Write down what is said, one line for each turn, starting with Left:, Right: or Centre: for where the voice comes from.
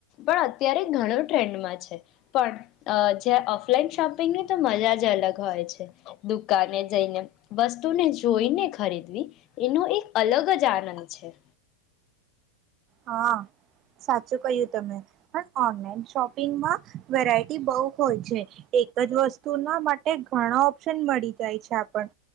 Left: પણ અત્યારે ઘણું ટ્રેન્ડમાં છે પણ જે ઓફલાઈન શોપિંગની તો મજા જ અલગ હોય છે દુકાને જઈને વસ્તુને જોઈને ખરીદવી એનો એક અલગ જ આનંદ છે.
Right: હા સાચું ક્યું તમે પણ ઓનલાઈન શોપિંગમાં વેરાયટી બહુ હોય છે એક જ વસ્તુના માટે ઘણા ઓપ્શન મળી જાય છે આપણ